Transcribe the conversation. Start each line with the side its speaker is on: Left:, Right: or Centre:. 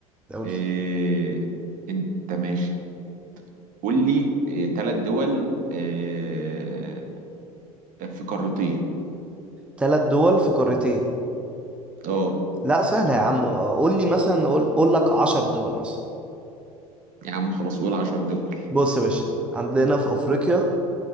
Centre: قول
Right: إيه...
Centre: لي
Right: انت ماشي قول لي إيه... تلات دول إيه... في قارتين
Centre: ثلاث دول في قارتين
Right: اه
Centre: لا سهلة يا عم قول لي مثلا قول, قول لك 10 دول مثلا
Right: يا عم خلاص قول عشر دول
Centre: بص يا باشا عندنا في افريقيا